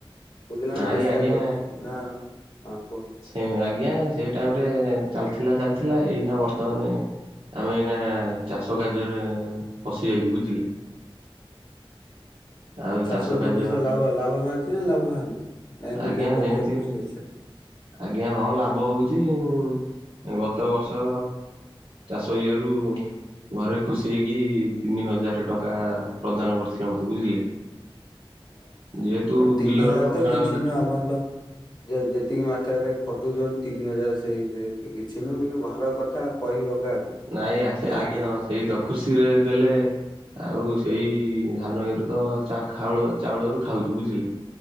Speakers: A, on the left; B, on the right.
A: କୋଉଦିନ
B: ନାଇଁ
A: ଆମେ ଚେଷ୍ଟା
B: ଆଜ୍ଞା
A: କରୁଚୁ, ନାଁ ହଁ କୁହ।
B: ସେ ଆଜ୍ଞା ସେ ଟାଇମ୍ ରେ ଚାଲିଥିଲା-ଚାଲିଥିଲା ଏଇନା ବର୍ତ୍ତମାନେ ଆମେ ଏଇନା ଚାଷ କାର୍ଯ୍ୟରେ ପଶିଯାଇଚୁ ବୁଝିଲେ। ଆଉ
A: ଚାଷରୁ
B: ଚାଷ କାର୍ଯ୍ୟ
A: ଦିଇ ପଇସା ଲାଭ-ଲାଭ ଭାରଚି ନା ଲାଭ ଭାରନି? ନା ଏମିତିଆ
B: ଆଜ୍ଞା
A: କରୁଚ
B: ସେମିତି
A: <unintelligible>
B: ଆଜ୍ଞା ହଁ ଲାଭ ହଉଚି <unintelligible> ଗତ ବର୍ଷ ଚାଷ ଇଏରୁୁ ଘରେ ଖୁସି ହେଇକି ତିନି ହଜାରେ ଟଙ୍କା ପ୍ରଦାନ କରିଥିଲେ ମତେ ବୁଝିଲେ।
A: <unintelligible>
B: ଯେହେତୁ
A: ତିନି
B: ବିଲର
A: ହଜାର
B: ରକ୍ଷଣାବେକ୍ଷଣ
A: ତ କିଛି ନୁହଁ ଆପଣ ତ ଯେ ଯେତିକି ମାତ୍ରାରେ ଖୋଜୁଚନ୍ତି ତିନି ହଜାରେ ସେଇରେ କିଛି ନୁହଁ କିନ୍ତୁ ଘର କଥା ଆଉ। କହିବ କାହାକୁ।
B: ନାଇଁ
A: ଯାହା
B: ଆଜ୍ଞା
A: ଦେଲେ
B: ହଁ ସେଇ ତ ଖୁସିରେ ଦେଲେ। ଆଉ ସେଇ ଧାନ ଇଏରୁ ତ ଚା ଖାଉଳ ଚାଉଳ ରୁ ଖାଉଚୁ ବୁଝିଲେ।